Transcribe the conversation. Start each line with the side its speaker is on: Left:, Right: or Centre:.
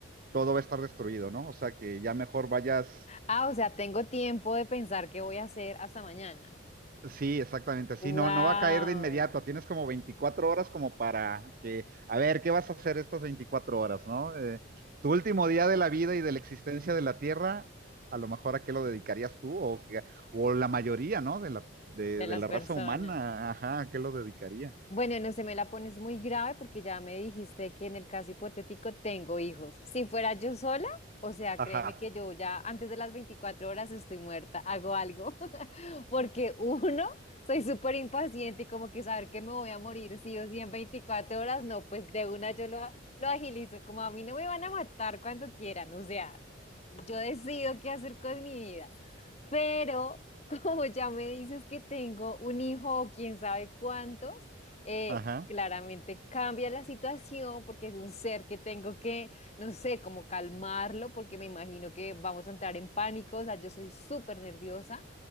Right: todo va a estar destruido, ¿no? O sea, que ya mejor vayas.
Left: Ah, o sea, tengo tiempo de pensar qué voy a hacer hasta mañana.
Right: Sí, exactamente. Sí,
Left: Claro.
Right: no, no va a caer de inmediato.
Left: Wow.
Right: Tienes como 24 horas como para que, a ver, ¿qué vas a hacer estas 24 horas, no? Eh, tu último día de la vida y de la existencia de la Tierra, a lo mejor a qué lo dedicarías tú o, o la mayoría, ¿no? De la, de,
Left: De
Right: de
Left: las
Right: la raza
Left: personas.
Right: humana, ajá, ¿a qué lo dedicaría?
Left: Bueno, no se me la pones muy grave porque ya me dijiste que en el caso hipotético tengo hijos. Si fuera yo sola, o sea,
Right: Ajá,
Left: créeme que yo ya antes de las 24 horas estoy muerta, hago algo. <laughs> Porque uno, soy súper impaciente y como que saber que me voy a morir sí o sí en 24 horas, no, pues de una yo lo, lo agilizo. Como a mí no me van a matar cuando quieran, o sea, yo decido qué hacer con mi vida. Pero <laughs> como ya me dices que tengo un hijo o quién sabe cuántos, eh,
Right: ajá.
Left: claramente cambia la situación porque es un ser que tengo que, no sé, como calmarlo porque me imagino que vamos a entrar en pánico, o sea, yo soy súper nerviosa.